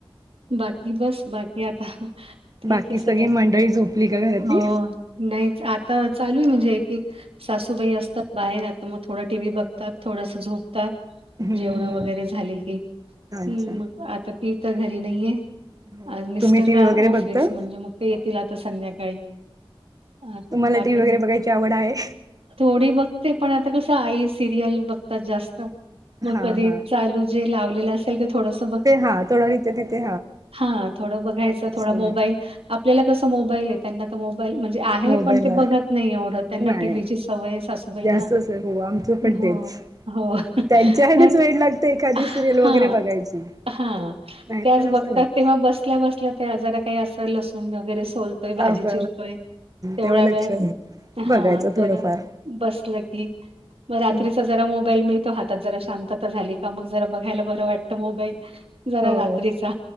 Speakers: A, on the right; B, on the right.
A: बाकी बस बाकी आता. ठीक
B: बाकी
A: आहे सगळ
B: सगळी मंडळी झोपली का घरातली?
A: हो. नाही आता चालू आहे म्हणजे एक एक सासूबाई असतात बाहेर आता मग थोडं टी व्ही बघ. थोडस झोपतात
B: हम्म
A: जेवण
B: हम्म
A: वगैरे झाली की. ह्
B: अच्छा.
A: मग आता ती तर घरी नाही आहे
B: हो
A: मिस्टर
B: तुम्ही टी व्ही
A: बा
B: वगैरे
A: ऑफिस
B: बघता?
A: म्हणजे मग. ते येतील आता संध्याकाळी. अ,
B: तुम्हाला
A: बाकी
B: टी वही वगैरे बघायची आवड आहे.
A: थोडी बघते पण आता कसं आई सिरियल बघतात जास्त. मग
B: हा
A: कधी
B: हा
A: चालू जे लावलेलं असेल ते थोडस.
B: ते हा थोडा इथे तिथे
A: हा थोड बघायच
B: अगदीच
A: थड
B: हे
A: मोबाईल.
B: नाही.
A: आपल्याला कसं मोबाईल आहे. त्यांना तर मोबाईल म्हणजे आहे
B: मोबाईलवर
A: पण ते बघत नाही एवढं त्यांना
B: नाही
A: टीव्हीची सवय.
B: जास्तच
A: ई ना
B: आहे हो आमचं पण
A: हो
B: तेच.
A: हो
B: त्यांच्या ह्यानेच
A: मग.
B: वेड लागते एखादी
A: हा
B: सिरियल वगैरे बघायची
A: हा
B: नाहीतर
A: त्याच बघतात
B: असं नाही.
A: तेव्हा बसल्या बस. तलं आजार काही असं लसूण वगैरे सोलतोय भाजी
B: साफ
A: चिरतोय तेवढ्या
B: तेव्हा लक्ष
A: वेळ.
B: आहे
A: हा
B: बघायचं थोडंफार.
A: जरा बसलं की मग रात्रीच.
B: हम्म.
A: ज मो मितो हातात ज शां झाली का म ज बघायला ब वाटत मोईल. जरा
B: हो
A: रात्रीचा